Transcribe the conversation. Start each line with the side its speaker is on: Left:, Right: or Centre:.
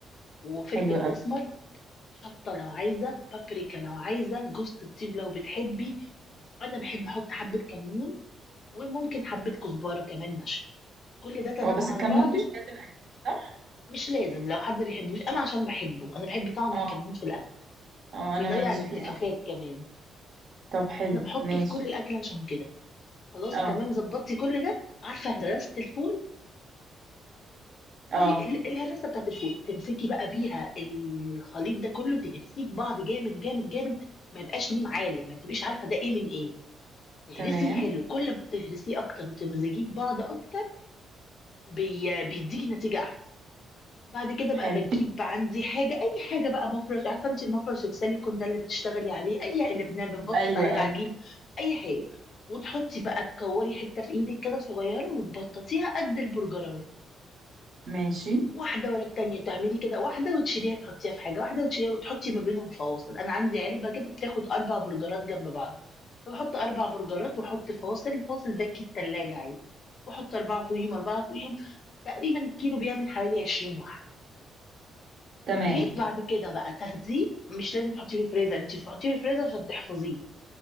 Left: وفلفل
Right: حلو قوي
Left: أسمر، شطة لو عايزة، بابريكا لو عايزة، جوزة الطيب لو بتحبي، أنا باحب أحط حبة كمون، وممكن حبة كزبرة كمان ناشفة، كل ده تمام
Right: هو بس
Left: على
Right: الكمون
Left: بعضه
Right: مش لازم اكل صح
Left: مش لازم لو حد بيحبوش، أنا عشان باحبه، أنا باحب طعم
Right: اه
Left: الكمون في الأكل،
Right: اه
Left: وبيضيّع
Right: انا ماليش
Left: الانتفاخات
Right: فيه قوي
Left: كمان،
Right: طب حلو
Left: أنا باحطه
Right: ماشي
Left: في كل الأكل عشان كده. خلاص
Right: اه
Left: تمام ضبطتي كل ده عارفه هرسه الفول
Right: اه
Left: في ال- الهرسه بتاعت الفول تمسكي بقى بيها الخليط ده كله تهرسيه في بعض جامد جامد جامد ما يبقاش ليه معالم ما تبقيش عارفه ده ايه من ايه تهرسيه
Right: تمام
Left: حلو كل ما تهرسيه اكتر وتمزجيه في بعض اكتر بي... بيديكي نتيجه احسن بعد كده بقى
Right: حلو
Left: باجيب عندي حاجة أي حاجة بقى مفرش عارفة أنتِ المفرش السيليكون ده اللي بتشتغلي عليه أي اللي بن- بنبطط
Right: ايوه
Left: عليه العجين
Right: ايوه
Left: أي حاجة وتحطي بقى تكوري حتة في إيدك كده صغيرة وتبططيها قد البرجراية
Right: ماشي
Left: واحدة ورا التانية تعملي كده واحدة وتشيليها تحطيها في حاجة واحدة وتشيليها وتحطي ما بينهم فواصل أنا عندي علبة كده بتاخد أربع برجرات جنب بعض فبحط أربع برجرات وأحط فواصل الفاصل ده كيس تلاجة عادي وأحط أربعة فوقيهم أربعة فوقيهم تقريبا الكيلو بيعمل حوالي 20 واحدة
Right: تمام
Left: جيت بعد كده بقى تاخديه مش لازم تحطيه في الفريزر، أنتِ بتحطيه في الفريزر عشان تحفظيه،